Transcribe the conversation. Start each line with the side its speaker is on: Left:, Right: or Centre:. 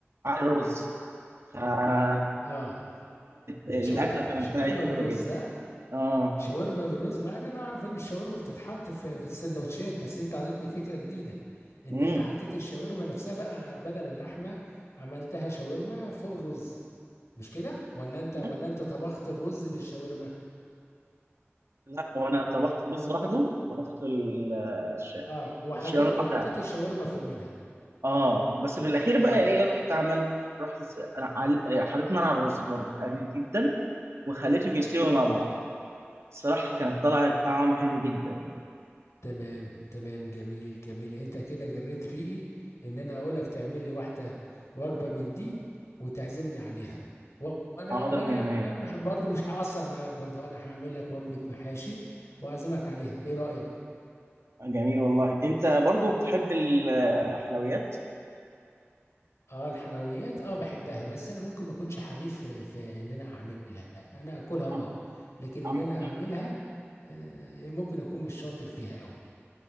Right: على الرز فالصراحة
Left: اه
Right: الأكلة
Left: شو...
Right: كانت
Left: شاورما
Right: حلوة
Left: بالرز
Right: جدا
Left: ها
Right: آه
Left: شاورما بالرز مع ان انا اعرف ان الشاورما بتتحط في في السندوتشات بس انت عطيتني فكره جديده ان
Right: مم.
Left: انت حطيت الشاورما نفسها بقى ع- بدل اللحمه عملتها شاورما فوق الرز مش كده ولا انت
Right: مم.
Left: ولا انت طبخت الرز بالشاورما
Right: لا هو انا طبخت رز لوحده طبخت ال- الش-
Left: اه وحطيت
Right: الشيران لوحدها
Left: وحطيت الشاورما فوق منها
Right: اه بس في الاخير
Left: تمام
Right: بقى ايه رحت عملت رحت س- انا عل- حطيت نار على الرز برضه خفيف جدا وخليتهم يستووا مع بعض الصراحه كانت طلعت طعم حلو جدا
Left: تمام تمام جميل جميل انت كده جريت ريقي ان انا اقول لك تعمل لي واحده وجبه من دي وتعزمني عليها و- وانا
Right: حاضر
Left: وانا
Right: من
Left: يا
Right: عينيا
Left: عم برضو مش هقصر معاك برضو انا هعمل لك وجبه محاشي واعزمك عليها ايه رايك
Right: جميل والله انت برضو بتحب الحلويات
Left: اه الحلويات اه بحبها بس انا ممكن ما اكونش حريف في, في ان انا اعملها انا اكلها اه
Right: عم
Left: لكن
Right: عم
Left: ان انا
Right: <laughs> مم.
Left: اعملها آه ممكن اكون مش شاطر فيها قوي